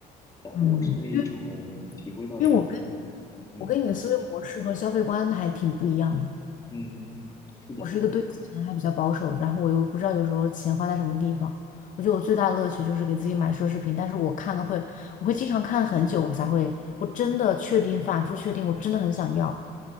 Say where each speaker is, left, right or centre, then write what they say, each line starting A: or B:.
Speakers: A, on the left (about 20°); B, on the left (about 50°).
A: 但我是那一种体会到生活中，
B: 嗯，因为我跟
A: 嗯
B: 我跟你的思维模式和消费观还挺不一样的。
A: 嗯，是的，
B: 我是一个对钱还比较保守的，然后我又不知道有时候钱花在什么地方。我觉得我最大的乐趣就是给自己买奢侈品，但是我看了会，我会经常看很久才会，我真的确定，反复确定，我真的很想要，